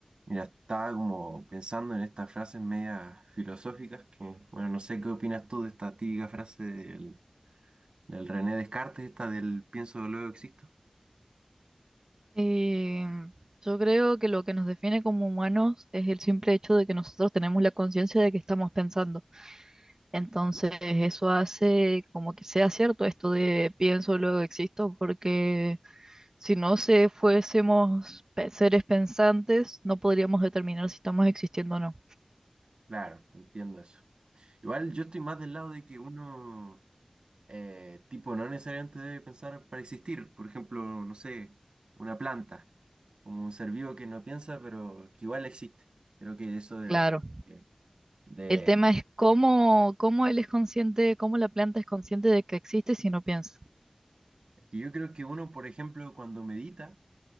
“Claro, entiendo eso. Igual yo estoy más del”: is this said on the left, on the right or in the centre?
Right